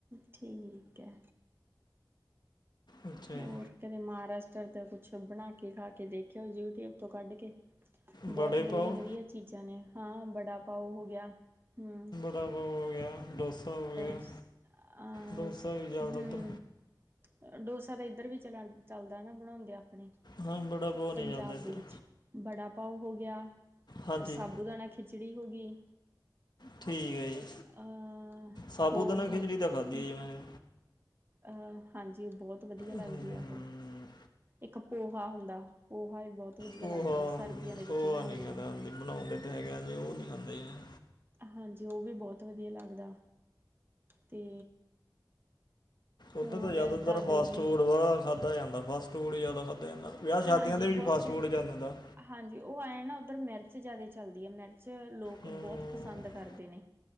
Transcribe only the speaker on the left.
ਅੱਛਾ
ਜੀ
ਬੜੇ
ਪਾਓ
ਵੜਾ ਪਾਓ ਹੋ ਗਿਆ ਡੋਸਾ ਹੋ ਗਿਆ,
ਡੋਸਾ ਵੀ ਜਿਆਦਾ
ਤਰ
ਹਾਂ ਬੜਾ ਪਾਓ ਨਹੀਂ
ਚੱਲਦਾ ਇੱਧਰ
ਹਾਂਜੀ
ਠੀਕ ਐ ਜੀ,
ਸਾਬੂ
ਦਾਨਾ ਖਿਚੜੀ ਤਾਂ ਖਾਧੀ ਐ ਜੀ ਮੈਂ।
ਹਮ,
ਪੋਹਾ
ਹੂੰ
ਪੋਹਾ
ਨੀ ਖਾਦਾ
ਬੀ ਬਣਾਦੇ ਤਾਂ ਹੈਗੇ ਆ ਜੀ, ਉਹ ਨੀ ਖਾਂਦਾ ਜੀ ਮੈਂ।
ਔਦਰ
ਤਾਂ ਜ਼ਿਆਦਾਤਰ
ਫਾਸਟ ਫੂਡ ਬਾਲਾ ਖਾਦਾ ਜਾਂਦਾ ਫਾਸਟ ਫੂਡ ਈ ਜ਼ਿਆਦਾ ਖਾਦਾ ਜਾਂਦਾ। ਵਿਆਹ ਸ਼ਾਦੀਆਂ
ਦੇ ਵਿੱਚ
ਫਾਸਟ
ਫੂਡ ਚੱਲ ਜਾਂਦਾ ਦਾ
ਹਮ,